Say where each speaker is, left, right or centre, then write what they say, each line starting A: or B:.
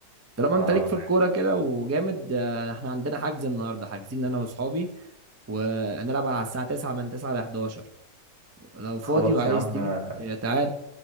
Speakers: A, on the right (about 15°); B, on the right (about 85°).
A: طالما
B: اه
A: انت ليك في
B: ماشي
A: الكوره كده وجامد آه، احنا عندنا حجز النهارده حاجزين انا واصحابي وهنلعب على الساعه 9 من 9 ل 11 لو فاضي
B: خلاص
A: وعايز
B: يا عم
A: تيجي
B: آه،
A: آه، تعالى